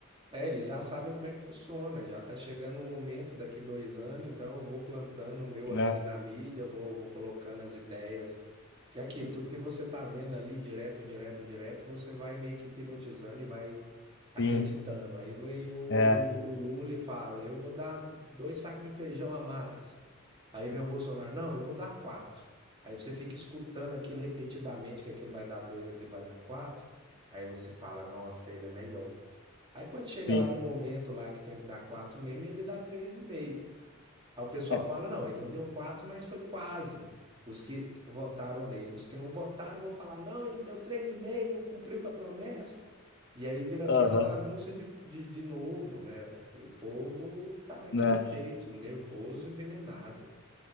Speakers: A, on the right (about 25°); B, on the left (about 60°).
A: É, eles já sabem como é que funciona, já tá chegando o momento daqui dois anos, então eu vou plantando o meu aqui
B: né?
A: na mídia, vou, vou colocando as ideias, porque é aquilo, tudo que você tá vendo ali direto, direto, direto, você vai meio que hipnotizando e vai acreditando.
B: Sim,
A: Aí vem o, o,
B: é,
A: o Lula e fala, eu vou dar dois sacos de feijão a mais. Aí vem o Bolsonaro, não, eu vou dar quatro. Aí você fica escutando aquilo repetidamente, que aquele vai dar dois, aquele vai dar quatro. Aí você fala, nossa, ele é melhor. Aí quando chega
B: sim.
A: lá no momento lá que tem que dar 4 mesmo, ele dá 3,5. Aí o pessoal
B: É,
A: fala: não, ele não deu 4 mas foi quase. Os que votaram nele. Os que não votaram vão falar: não, ele deu 3,5, não cumpriu com a promessa. E aí vira aquela
B: Aham,
A: bagunça de, de, de novo, né? E o povo tá daquele
B: né?
A: jeito, nervoso e envenenado.